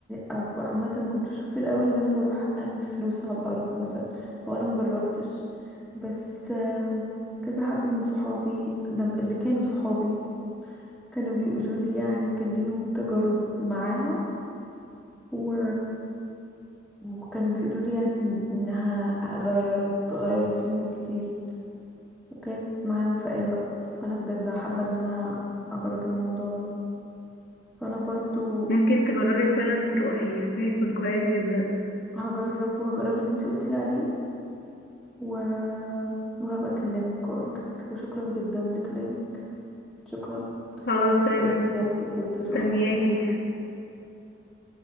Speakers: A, in the centre; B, on the left.
A: او عامه كنت بشوف في الاول ان انا بروح ارمي فلوس على الارض مثلا هو انا مجربتش بس آم، كذا حد من صحابي لم- اللي كانوا صحابي كانوا بيقولوا لي يعني كان ليهم تجارب معاها و... وكانوا بيقولوا لي يعني إن- انها غيرت غيرت فيهم كتير وكانت معاهم في اي وقت فانا بجد حابه ان انا اجرب الموضوع ده فانا برضو
B: ممكن تجربي فعلا تروحي هيكون كويس جدا
A: هجرب وهجرب اللي انت قلتي لي عليه و... وهبقى أكلمك وأقولك وشكرا جدا لكلامك شكرا
B: خلاص تمام
A: وقفت جنبي بجد
B: مستنياكي
A: رغم كل اللي حصل